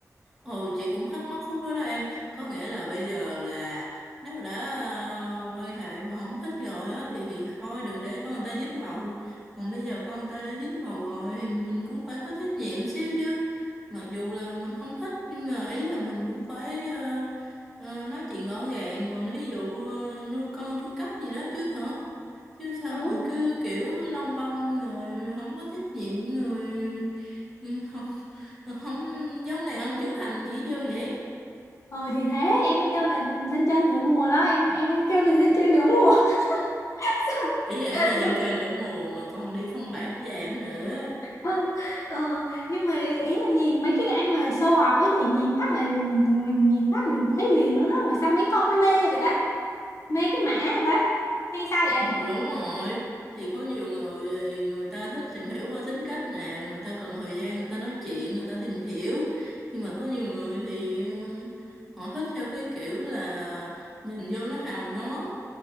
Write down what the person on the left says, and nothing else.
ừ
ờ thì thế em mới kêu là dân chơi nửa mùa đó em em mới kêu là dân chơi nửa mùa <laughs>
xong
Không, ờ, nhưng mà ý là nhìn mấy cái anh mà show off với chị nhìn phát là mình nhìn phát là mình thấy liền luôn đó mà sao mấy con nó mê vậy ta mê cái mã vậy ta hay sao vậy